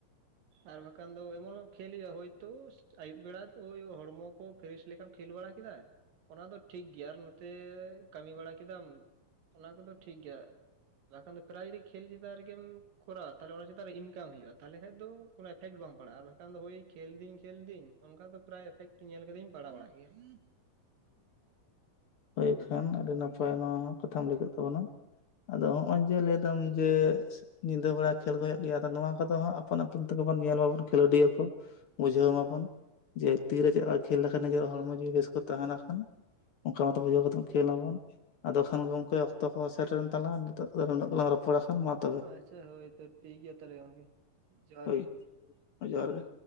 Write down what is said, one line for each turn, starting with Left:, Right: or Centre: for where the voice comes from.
Right: ᱟᱨ ᱵᱟᱠᱷᱟᱱ ᱫᱚ ᱮᱢᱚᱱ ᱠᱷᱮᱞ ᱦᱩᱭᱩᱜ-ᱟ ᱦᱳᱭᱛᱳ ᱟᱭᱩᱵ ᱵᱮᱲᱟ ᱳᱭ ᱦᱚᱲᱢᱚ ᱠᱚ ᱯᱷᱨᱮᱥ ᱞᱮᱠᱷᱟᱱ ᱠᱷᱮᱞ ᱵᱟᱲᱟ ᱠᱮᱫᱟ ᱚᱱᱟ ᱫᱚ ᱴᱷᱤᱠ ᱜᱮᱭᱟ ᱟᱨ ᱱᱚᱛᱮ ᱠᱟᱹᱢᱤ ᱵᱟᱲᱟ ᱠᱮᱫᱟᱢ ᱾ ᱚᱱᱟ ᱠᱚᱫᱚ ᱴᱷᱤᱠ ᱜᱮᱭᱟ ᱵᱟᱠᱷᱟᱱ ᱫᱚ ᱯᱨᱟᱭ ᱡᱩᱫᱤ ᱠᱷᱮᱞ ᱪᱮᱛᱟᱱ ᱨᱮᱜᱮᱢ ᱠᱚᱨᱟᱣᱟ ᱛᱟᱦᱚᱞᱮ ᱚᱱᱟ ᱪᱮᱛᱟᱱ ᱤᱱᱠᱟ ᱦᱩᱭᱩᱜ -ᱟ ᱛᱟᱦᱚᱞᱮ ᱠᱷᱟᱱ ᱫᱚ ᱠᱚᱱᱚ ᱮᱯᱷᱮᱠᱴ ᱵᱟᱝ ᱯᱟᱲᱟᱜ-ᱟ ᱟᱨ ᱵᱟᱠᱷᱟᱱ ᱫᱚ ᱦᱚᱭ ᱠᱷᱮᱞ ᱫᱟᱹᱧ ᱠᱷᱮᱞ ᱫᱟᱹᱧ ᱚᱱᱠᱟ ᱫᱚ ᱯᱨᱟᱭ ᱮᱯᱷᱮᱠᱴ ᱧᱮᱞ ᱠᱟᱫᱮᱧ ᱯᱟᱲᱟᱣ ᱵᱟᱲᱟᱜ ᱜᱮᱭᱟ ᱾
Left: ᱦᱚᱭ ᱠᱷᱟᱱ ᱟᱹᱰᱤ ᱱᱟᱯᱟᱭ ᱱᱚᱣᱟ ᱦᱚᱸ ᱠᱟᱛᱷᱟᱢ ᱞᱟᱹᱭ ᱠᱟᱹᱜ ᱛᱟᱵᱚᱱᱟ᱾ ᱟᱫᱚ ᱦᱚᱜ-ᱚᱭ ᱡᱮ ᱞᱟᱹᱭᱫᱟᱢ ᱡᱮ ᱧᱤᱫᱟᱹ ᱵᱮᱲᱟ ᱠᱷᱮᱞ ᱠᱚ ᱦᱩᱭᱩᱜ ᱜᱮᱭᱟ ᱟᱫᱚ ᱱᱚᱣᱟ ᱠᱚᱫᱚ ᱦᱚᱸ ᱟᱯᱥᱱ-ᱟᱯᱤᱱ ᱛᱮᱜᱮ ᱵᱚᱱ ᱧᱮᱞ ᱵᱟᱵᱚᱱ ᱠᱷᱮᱞᱳᱰᱤᱭᱟᱹ ᱠᱚ ᱾ ᱵᱩᱡᱷᱟᱹᱣ ᱢᱟᱵᱚᱱ ᱡᱮ ᱛᱤᱨᱮ ᱪᱮᱫ ᱠᱷᱮᱞ ᱞᱮᱠᱷᱟᱱ ᱱᱤᱡᱮᱨ ᱦᱚᱲᱢᱚ ᱡᱩᱤ ᱵᱮᱥ ᱠᱚ ᱛᱟᱦᱮᱱᱟ ᱠᱷᱟᱱ ᱾ <unintelligible> ᱠᱷᱮᱞᱟᱵᱚᱱ ᱟᱫᱚ ᱠᱷᱟᱱ ᱜᱚᱝᱠᱮ ᱚᱠᱛᱚ ᱠᱚ ᱥᱮᱴᱨᱮᱱ ᱛᱟᱞᱟᱝᱟ ᱱᱤᱛᱚᱜ ᱫᱚ ᱩᱱᱟᱜ ᱜᱮᱞᱟᱝ <unintelligible>
Right: ᱟᱪᱪᱷᱟ ᱦᱚᱭ ᱛᱚ ᱴᱷᱤᱠ ᱜᱮᱭᱟ ᱛᱟᱦᱚᱞᱮ ᱜᱚᱝᱠᱮ ᱡᱚᱦᱟᱨ
Left: ᱦᱳᱭ
Right: ᱜᱮ
Left: ᱡᱚᱦᱟᱨ ᱜᱮ